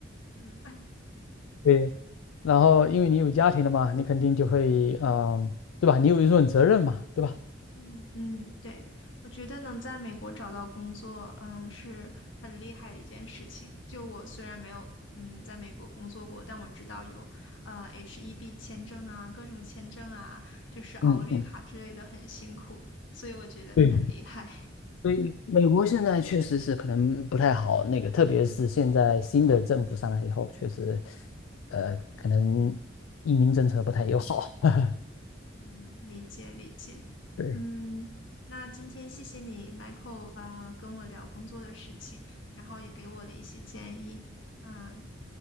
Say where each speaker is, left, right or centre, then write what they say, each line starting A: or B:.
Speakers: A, on the left (about 70°); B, on the left (about 85°).
A: 嗯
B: <laughs>。对，然后因为你有家庭了嘛，你肯定就会，嗯、对吧？你有一份责任嘛，对吧？
A: 嗯嗯，对，我觉得能在美国找到工作，嗯，是很厉害的一件事情。就我虽然没有嗯在美国工作过，但我知道有呃 H1B 签证啊，各种签证啊，就是熬绿卡之类的很辛苦，
B: 嗯嗯。
A: 所以我觉得你很厉害。
B: 对。所以美国现在确实是可能不太好，那个特别是现在新的政府上来以后，确实，呃，可能移民政策不太友好。<laughs>
A: 嗯，理解理解。
B: 对，
A: 嗯，那今天谢谢你，Michael 啊、呃跟我聊工作的事情，然后也给我了一些建议。嗯，